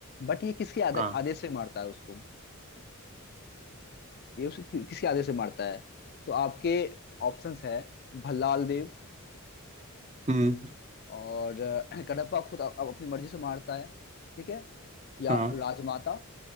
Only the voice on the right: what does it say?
हाँ
हम्म
हाँ